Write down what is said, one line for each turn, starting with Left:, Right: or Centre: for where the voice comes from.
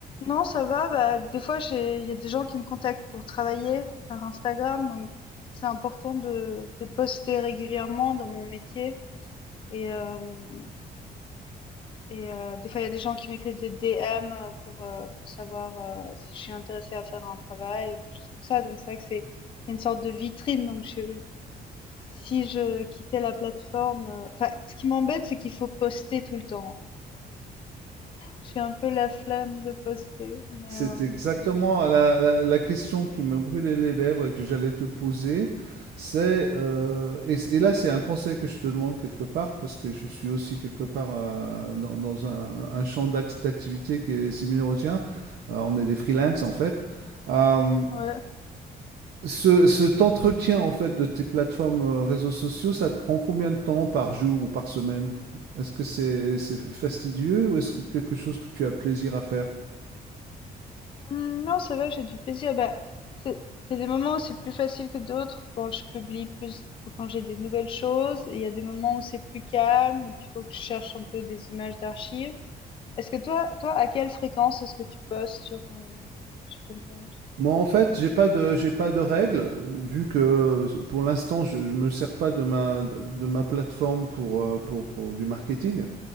Left: non, ça va. Bah, des fois, j'ai, il y a des gens qui me contactent pour travailler par Instagram, donc c'est important de, de poster régulièrement dans mon métier. Et, euh, et euh, des fois, il y a des gens qui m'écrivent des DM pour, euh, pour savoir euh, si je suis intéressée à faire un travail ou quelque chose comme ça. Donc c'est vrai que c'est c'est une sorte de vitrine. Donc je, si je quittais la plateforme, euh, enfin, ce qui m'embête, c'est qu'il faut poster tout le temps. J'ai un peu la flemme de poster, mais
Right: C'est
Left: euh,
Right: exactement la la la question qui me brûlait les lèvres et que j'allais te poser. C'est, heu et et là, c'est un conseil que je te demande quelque part, parce que je suis aussi quelque part, heu, dans dans un un champ d'act d'activité qui est similaire au tien. Heu, on est des freelances, en fait. Hem,
Left: ouais.
Right: ce cet entretien, en fait, de tes plateformes, heu, réseaux sociaux, ça te prend combien de temps par jour ou par semaine? Est-ce que c'est c'est fastidieux ou est-ce que quelque chose que tu as plaisir à faire?
Left: Hmm, Non, ça va, j'ai du plaisir. Bah, c'est- il y a des moments où c'est plus facile que d'autres quand je publie plus ou quand j'ai des nouvelles choses. Et il y a des moments où c'est plus calme, donc il faut que je cherche un peu des images d'archives. Est-ce que toi, toi, à quelle fréquence est-ce que tu postes sur ton sur ton compte?
Right: Moi, en fait, j'ai pas de j'ai pas de règles, heu, vu que s pour l'instant, je je me sers pas de ma de de ma plateforme pour, heu, pour pour du marketing.